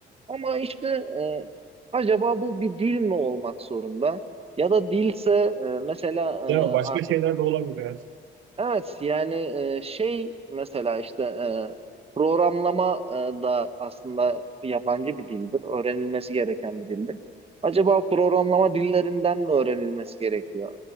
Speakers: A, on the right; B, on the right.
A: Ama işte e, acaba bu bir dil mi olmak zorunda? Ya da dilse e, mesela
B: Değil
A: e,
B: mi? Başka
A: artık
B: şeyler de olabilir. evet.
A: Evet yani e, şey mesela işte e, programlama e, da aslında yabancı bir dildir. Öğrenilmesi gereken bir dildir. Acaba programlama dillerinden mi öğrenilmesi gerekiyor?